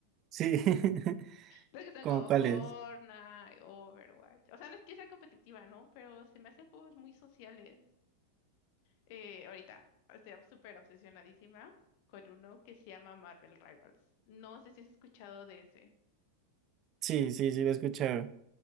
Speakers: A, on the right; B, on the left.
A: Sí, <laughs>
B: Los que son
A: ¿cómo
B: como
A: cuál
B: Fortnite,
A: es?
B: Overwatch. O sea, no es que sea competitiva, ¿no? Pero se me hacen juegos muy sociales. Eh, ahorita estoy ob- súper obsesionadísima con uno que se llama Marvel Rivals. No sé si has escuchado de ese.
A: Sí, sí, sí, lo he escuchado.